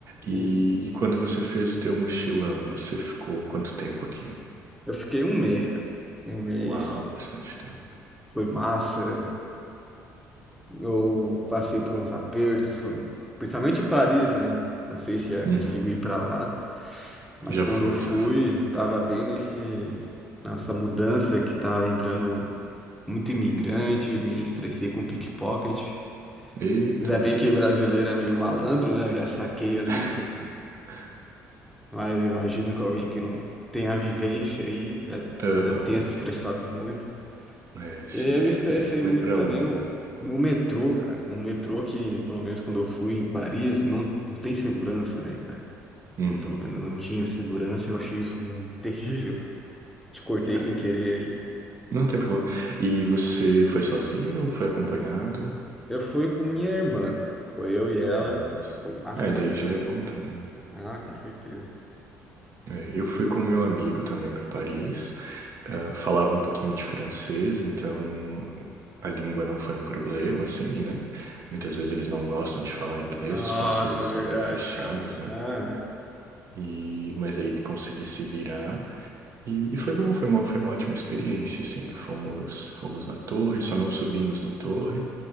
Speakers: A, in the centre; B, on the right (about 45°).
A: E
B: E, e quando você fez o teu mochilão, você ficou quanto tempo aqui?
A: eu fiquei um mês, cara. Um mês,
B: Uau, bastante tempo.
A: foi massa. Eu passei por uns apertos, principalmente em Paris, né? Não sei se eu
B: Uhum,
A: consigo ir para lá, mas
B: já
A: quando
B: fui,
A: eu fui,
B: já fui.
A: tava bem nesse nessa mudança que tava entrando muito imigrante, me estressei com pickpocket.
B: Eita.
A: Ainda bem que brasileiro é meio malandro, né? Eu já saquei ali,
B: <laughs>
A: mas eu imagino que alguém que não tem a vivência aí já,
B: Aham.
A: já tenha se estressado muito.
B: É, sim.
A: E Eu me estressei
B: Eu fui
A: muito
B: pra
A: também
B: lá.
A: no, no metrô, cara. No metrô que, pelo menos quando eu fui em Paris, não, não tem segurança, né, cara?
B: Uhum.
A: Não, pelo menos não tinha segurança. Eu achei isso um- terrível. Te cortei
B: É.
A: sem querer aí.
B: Não tem problema. E você foi sozinho ou foi acompanhado?
A: Eu fui com minha irmã, cara. Foi eu e ela.
B: Ah, sim.
A: Foi massa
B: É,
A: pra
B: daí
A: caramba.
B: já é bom também, né?
A: Ah, com certeza.
B: É, eu fui com meu amigo também para Paris. Ah, falava um pouquinho de francês, então a língua não foi um problema, assim, né? Muitas vezes eles não gostam de falar inglês,
A: Nossa,
B: os franceses
A: verdade,
B: são meio fechados,
A: cara.
B: né?
A: Aham.
B: E, mas aí consegui se virar. E, e foi bom, foi uma, foi uma ótima experiência, assim. Fomos, fomos na torre, só não subimos na torre,